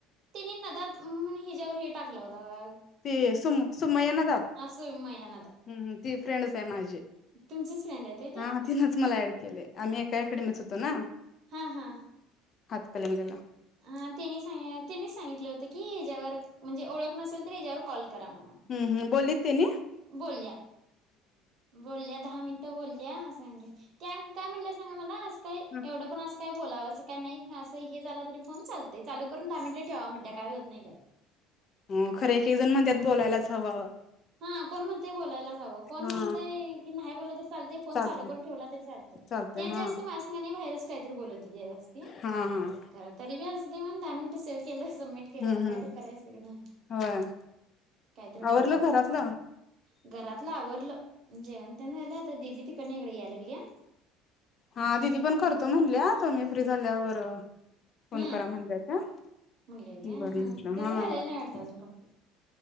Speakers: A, on the right; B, on the left.
A: त्यानी नदात म्हणून हेच्यावर हे टाकला होता बघा.
B: ती सुम सुमय्या नदाख?
A: सुमया
B: हम्म हम्म ती फ्रेंडच आहे माझी.
A: तुमची फ्रेंड आहे ते?
B: हा हा तिनंच मला ऍड केलंय, आम्ही एका अकॅडमीत होतो ना.
A: हा हा.
B: हातकलंगलीला.
A: ह त्यांनी सां त्यांनीच सांगितलं होतं की, ह्याच्यावर म्हणजे ओळख नसेल तर ह्याच्यावर कॉल करा म्हणून.
B: हम्म हम्म, बोललीत त्यानी?
A: बोलल्या. बोलल्या दहा मिनिटं बोलल्या, असं <unintelligible> त्या काय म्हणल्या सांगा मला असं काही
B: हम्म
A: एवढं पण अस काय बोलावं असं काय नाही, असं हे झालं तरी पण चालतंय, चालू करून दहा मिनिटं ठेवा म्हणल्या काही होत नाही त्याला.
B: अ खरं एक एक जण म्हणत्यात बोलायलाच हवं.
A: हा कोण म्हणतंय बोलायलाच हवं, कोण
B: हा
A: म्हणतंय की नाही बोललं तर चालतंय फोन
B: चालते
A: चालू करून ठेवला तरी चालतंय.
B: चालते
A: त्यात
B: हा
A: जास्त माझ्या संग नाही, बाहेरच काहीतरी बोलत होती <unintelligible>
B: हां हां.
A: खर तरी बी असुदे म्ह दहा मिनटं सेव केलं संमिट. केलं
B: हम्म
A: आता
B: हम्म
A: काहीतरी करायचय ना
B: होय
A: कायतरी
B: आवरलं
A: होऊन दे.
B: घरातलं.
A: घरातलं आवरलं जेवण त्या न्ह्यायला येत दिदी तिकडन इकडं या लागलीया.
B: हा दिदी पण करतो म्हणल्या तुम्ही फ्री झाल्यावर. फोन
A: हम्म
B: करा म्हणल्या त्या ती
A: म्हणली होती व्हय
B: बरं
A: हम्म
B: म्हटलं
A: तिचं
B: हा.
A: झालेलं नाही वाटतं अजून कंप्लीट